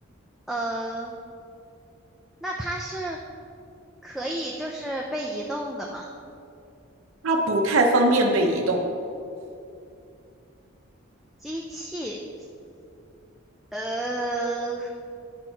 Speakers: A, in the centre; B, on the right.
A: 呃，那它是可以就是被移动的吗？
B: 它不太方便被移动，
A: 机器，呃。